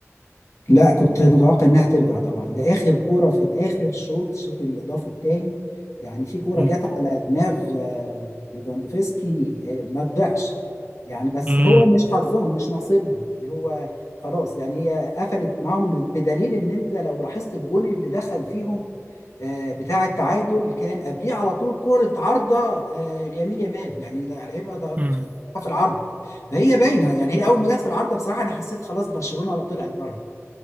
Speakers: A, on the left; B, on the right.
A: لا كنت متوقع انها ترجع طبعا ده اخر كوره في الاخر شوط الشوط الاضافي الثاني يعني في كوره
B: امم
A: جت على دماغ آه، ليفاندوفسكي آه، ما تضيعش يعني بس
B: امم
A: هو مش حظهم مش نصيبهم يعني هو خلاص يعني هي قفلت معاهم بدليل ان انت لو لاحظت الجون اللي دخل فيهم آه، بتاع التعادل كان قبليه على طول كوره عارضه آه، ليمين يامال يعني ده على ايه بقى ده
B: امم
A: في العارضه فهي باينه يعني هي اول ما جت في العارضه بصراحه انا حسيت خلاص برشلونه طلعت بره